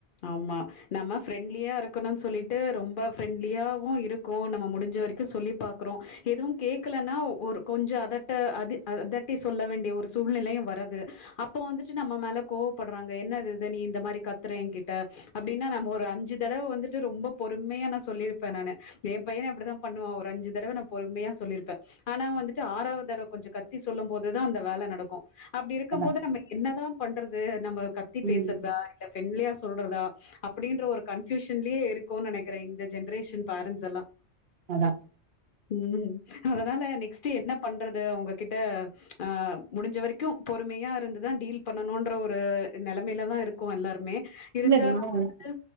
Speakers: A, on the left; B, on the right.
A: ஆமா நம்ம ஃப்ரெண்ட்லியா இருக்கணும்னு சொல்லிட்டு ரொம்ப ஃப்ரெண்ட்லியாவும் இருக்கோ நம்ம முடிஞ்ச வரைக்கு சொல்லி பாக்கறோம் எதுவு கேக்கலன்னா ஒரு கொஞ்ச அதட்ட அது அதட்டி சொல்ல வேண்டிய ஒரு சூழ்நெலயும் வரது அப்போ வந்துட்டு நம்ம மேல கோவப்படுறாங்க என்ன இது நீ இந்த மாதிரி கத்துற என்கிட்ட அப்டின்னா நம்ம ஒரு அஞ்சு தடவ வந்துட்டு ரொம்ப பொறுமையா நா சொல்லியிருப்பேன் நானு எ பையனு இப்டிதா பண்ணுவான் ஒரு அஞ்சு தடவ நா பொறுமையா சொல்லிருப்பே ஆனா வந்துட்டு ஆறாவது தடவ கொஞ்ச கத்தி சொல்லும் போதுதா அந்த வேல நடக்கு அப்டி இருக்கும்
B: அதான்
A: போது நம்ம என்னதா பண்றது நம்ம கத்தி
B: ம்
A: பேசறதா இல்ல ஃப்ரெண்ட்லியா சொல்றதா அப்டின்ற ஒரு கன்பியூஷன்லயே இருக்கோனு நனைக்கறேன் இந்த ஜென்ரேஷன் பேரண்ட்ஸ் எல்லாம்
B: அதான்
A: ம் அதனால நெக்ஸ்ட் என்ன பண்றது உங்ககிட்ட ஆ முடிஞ்ச வரைக்கும் பொறுமையா இருந்து தான் டீல் பண்ணணும்ன்ற ஒரு நிலைமையில தான் இருக்கோ எல்லாருமே இருந்தாலும்
B: இல்ல நான்
A: வந்துட்டு